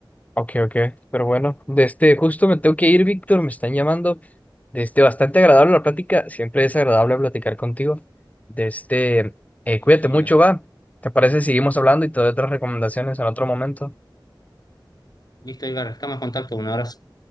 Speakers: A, on the left (about 20°); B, on the left (about 50°).
A: Ok, ok. Pero bueno, de este, justo me tengo que ir, Víctor, me están llamando. De este, bastante agradable la plática. Siempre es agradable platicar contigo. De este, eh,
B: Listo,
A: cuídate
B: oiga.
A: mucho, va. ¿Te parece? si Seguimos hablando y te doy otras recomendaciones en otro momento.
B: Listo, Edgar, estamos en contacto. Un abrazo.